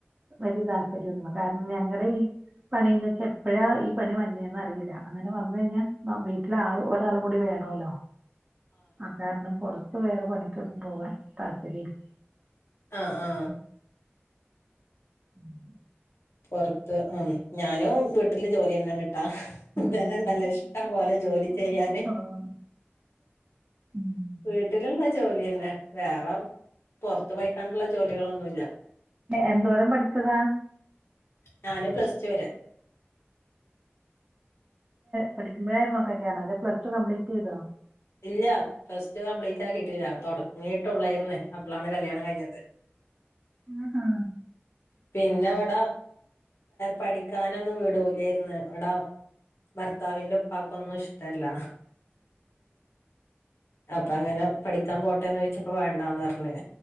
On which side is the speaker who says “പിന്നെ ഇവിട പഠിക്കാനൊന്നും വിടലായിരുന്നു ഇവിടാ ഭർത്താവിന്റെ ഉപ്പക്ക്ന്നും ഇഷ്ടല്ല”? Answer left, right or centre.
Left